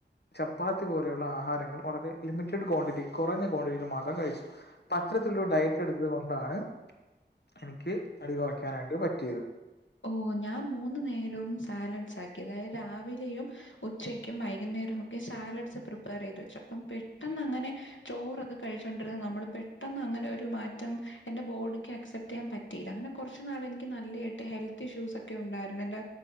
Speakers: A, on the left; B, on the left.
A: ചപ്പാത്തി പോ നെയുള്ള ആഹാരങ്ങൾ വളരെ ലിമറ്റഡ് ക്വാണ്ടിറ്റി കൊറഞ്ഞ ക്വാണ്ടിറ്റിയിൽ മാത്രം കഴിച്ചു അപ്പ അത്തരത്തിലുള്ള ഒര് ഡയറ്റ് എടുത്തത് കൊണ്ടാണ് എനി ക്ക് തടി കൊറയ്ക്കാനായിട്ട് പറ്റിയത്
B: ഓ ഞാൻ മൂന്ന് നേരവും സാലഡ്സ് ആക്കി അതായത് രാവിലെയും ഉച്ചക്കും വൈകുന്നേരവും ഒക്കെ സാലഡ്സ് പ്രിപ്പർ ചെയ്ത് വെച്ചു അപ്പം പെട്ടെന്ന് അങ്ങനെ ചോറൊക്കെ കഴിച്ചോണ്ടിരുന്ന നമ്മൾ പെട്ടെന്ന് അങ്ങനെ ഒരു മാറ്റം എന്റെ ബോഡിക്ക് അക്സെപ്റ്റ് ചെയ്യാൻ പറ്റിയില്ല അങ്ങനെ കൊറച്ചു നാൾ എനിക്ക് നല്ലതായിട്ട് ഹെൽ ഇഷ്യൂസ് ഒക്കെ ഉണ്ടായിരുന്നു എന്റെ